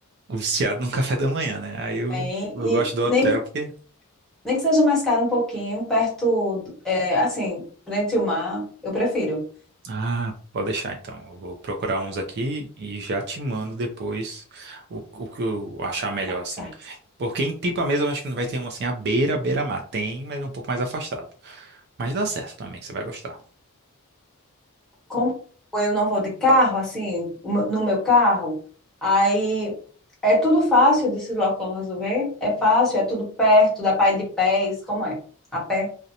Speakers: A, on the right (about 50°); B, in the centre.
A: viciado no <laughs> café da manhã, né? Aí eu,
B: Bem,
A: eu
B: e
A: gosto do hotel
B: nem, que-
A: porque
B: nem que seja mais caro um pouquinho, perto, do- é, assim, frente ao mar, eu prefiro.
A: Ah, pode deixar então. Eu vou procurar uns aqui e já te mando depois o, o que eu achar melhor,
B: Tá
A: assim.
B: Certo.
A: Porque em Pipa mesmo eu acho que não vai ter um assim à beira, beira-mar. Tem, mas é um pouco mais afastado. Mas dá certo também, você vai gostar.
B: como eu não vou de carro, assim, no meu carro, aí é tudo fácil de se locomover, é fácil, é tudo perto, dá para ir de pés, como é? A pé.